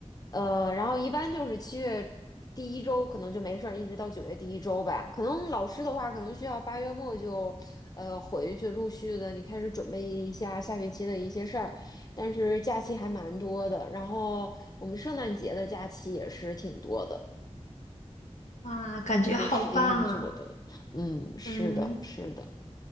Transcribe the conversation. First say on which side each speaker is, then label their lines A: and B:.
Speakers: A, on the left; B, on the left.
A: 呃，然后一般就是七月第一周可能就没事儿，一直到九月第一周吧。可能老师的话，可能需要八月末就，呃，回去陆续的你开始准备一下下学期的一些事儿。但是假期还蛮多的，然后我们圣诞节的假期也是挺多的，
B: <laughs> 哇，感觉好棒啊！
A: 就时间挺久的。嗯，是的，
B: 嗯，
A: 是的，